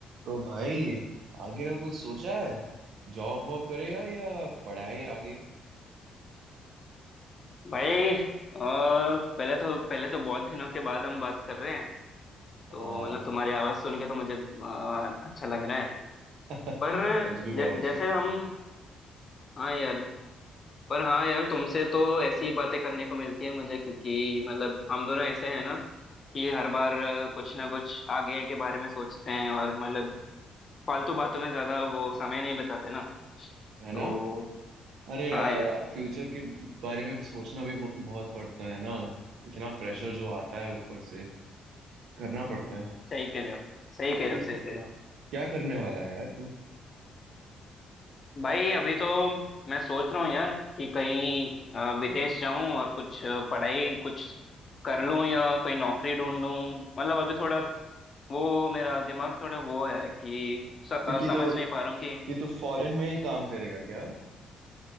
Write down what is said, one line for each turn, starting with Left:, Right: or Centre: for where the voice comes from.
Right: तो भाई आगे का कुछ सोचा है जॉब वॉब करेगा या पढ़ाई आगे
Left: भाई अ, पहले तो पहले तो बहुत दिनों के बाद हम बात कर रहे हैं
Right: हाँ
Left: तो मतलब तुम्हारी आवाज़ सुन के तो मुझे अ, अच्छा लग रहा है
Right: <laughs>
Left: पर
Right: मुझे भी बहुत
Left: ज,
Right: अच्छा
Left: जैसे
Right: लग
Left: हम
Right: रहा है
Left: हाँ यार पर हाँ यार तुमसे तो ऐसी ही बातें करने को मिलती है मुझे क्योंकि मतलब हम दोनों ऐसे हैं ना कि हर बार अ, कुछ ना कुछ आगे के बारे में सोचते हैं और मतलब फालतू बातों में ज़्यादा वो समय नहीं बिताते ना
Right: है ना
Left: तो
Right: अरे यार
Left: हाँ यार
Right: फ्यूचर के बारे में सोचना भी बहु- बहुत पड़ता है ना इतना प्रेशर जो आता है ऊपर से करना पड़ता है
Left: सही कह रहे हो सही कह
Right: तो
Left: रहे हो सही कह रहे हो
Right: क्या करने वाला है यार तू
Left: भाई अभी तो मैं सोच रहा हूँ यार कि कहीं अ, विदेश जाऊं और कुछ अ, पढ़ाई कुछ कर लूं या कोई नौकरी ढूंढूं मतलब अभी थोड़ा वो मेरा दिमाग थोड़ा वो है कि स, अ,
Right: तो कि
Left: समझ
Right: तो
Left: नहीं पा रहा हूँ कि
Right: कि तू फॉरेन में ही काम करेगा क्या